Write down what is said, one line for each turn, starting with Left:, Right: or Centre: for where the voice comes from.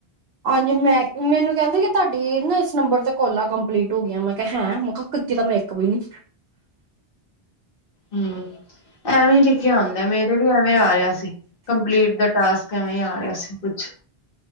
Right: ਹਾਂਜੀ ਮੈਂ ਮੈਨੂੰ ਕਹਿੰਦਾ ਕਿ ਤੁਹਾਡੀ ਨਾ ਇਸ ਨੰਬਰ ਤੇ ਕੋਲਾ ਕੰਪਲੀਟ ਹੋ ਗਈਆਂ ਮੈਂ ਕਿਹਾ ਹੈਂ ਮੈਂ ਕਹਾ ਕਿੱਤੀ ਤਾ ਮੈ ਇਕ ਵੀ ਨੀ
Left: ਹਮ, ਐਵੇਂ ਹੀ ਲਿਖਿਆ ਅੰਦਾ ਮੇਰੇ ਵੀ ਐਵੇਂ ਆ ਰਿਹਾ ਸੀ ਕੰਪਲੀਟ ਦਾ ਟਾਸਕ ਇਵੇਂ ਆ ਰਿਹਾ ਸੀ ਕੁਚ